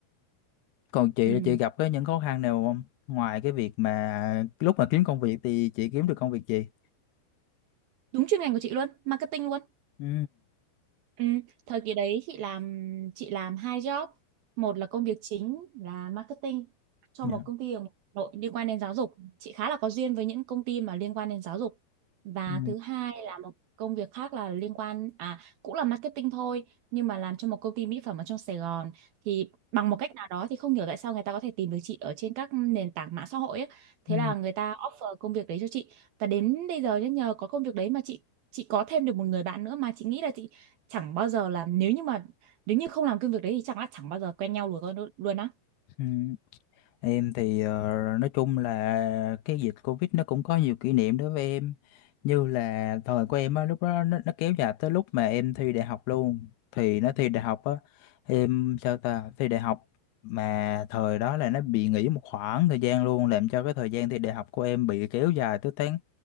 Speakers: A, on the left; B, on the right.
A: còn chị
B: Ừ.
A: là chị gặp cái những khó khăn nào không ngoài cái việc mà lúc mà kiếm công việc thì chị kiếm được công việc gì
B: Đúng chuyên ngành của chị luôn, marketing luôn.
A: ừ
B: Ừ, thời kỳ đấy chị làm chị làm hai job một là công việc chính là marketing cho
A: dạ.
B: một công ty ở Hà Nội liên quan đến giáo dục chị khá là có duyên với những công ty mà liên quan đến giáo dục và
A: ừ
B: thứ hai là một công việc khác là liên quan à cũng là marketing thôi nhưng mà làm cho một công ty mỹ phẩm ở trong Sài Gòn thì bằng một cách nào đó thì không hiểu tại sao người ta có thể tìm được chị ở trên các nền tảng mạng xã hội ấy. Thế
A: ừ
B: là người ta offer công việc đấy cho chị và đến bây giờ nhá, nhờ có công việc đấy mà chị chị có thêm được một người bạn nữa mà chị nghĩ là chị chẳng bao giờ là nếu như mà nếu như không làm công việc đấy thì chẳng là chẳng bao giờ quen nhau luôn con luôn á
A: ừ Em thì ờ, nói chung là cái dịch Covid nó cũng có nhiều kỷ niệm đối với em như là thời của em á lúc đó nó, nó kéo dài tới lúc mà em thi đại học luôn thì nó thi đại học á em sao ta thi đại học mà thời đó là nó bị nghỉ một khoảng thời gian luôn làm cho cái thời gian thi đại học của em bị kéo dài tới tháng